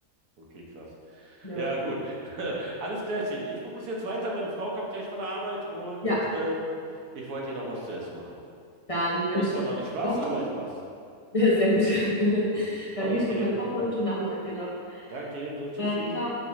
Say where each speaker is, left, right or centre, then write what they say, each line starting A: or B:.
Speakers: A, on the right; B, on the left.
A: Okay, krass.
B: Ja,
A: Ja, gut. <laughs> Alles klärchen. Ich muss jetzt weiter. Meine Frau kommt gleich von der Arbeit und
B: ja
A: ähm, ich wollte ihr noch was zu essen machen.
B: dann wünsche
A: Weiß zwar
B: ich dir
A: noch nicht was,
B: noch,
A: aber ich mach's.
B: sehr gut, <laughs> dann
A: Okay.
B: viel Spaß beim Kochen und schönen Nachmittag dir noch.
A: Danke ebenso. Tschüssi.
B: Dann, ciao.